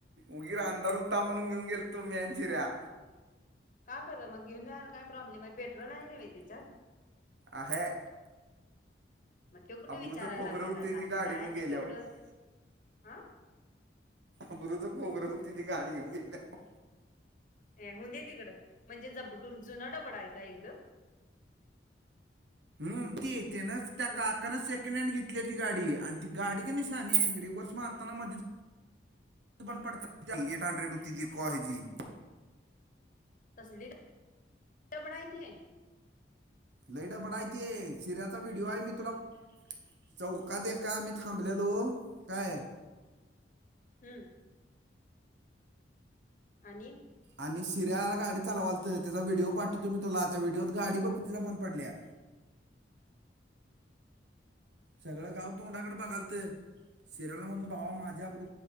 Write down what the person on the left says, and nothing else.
का खरं मग घेऊन जायला, काय प्रॉब्लेम आहे पेट्रोल आहे नव्हे त्यांच्यात.
<unintelligible> म त्यो कुठं
विचाराय
लागल्यात
आता
जायचं
तेवढं हं.
ऐ होऊ दे तिकडं म्हणजे ज जुना डबड आहे का एकदम.
हा
तसली डबड हाय ते.
हम्म. आणी.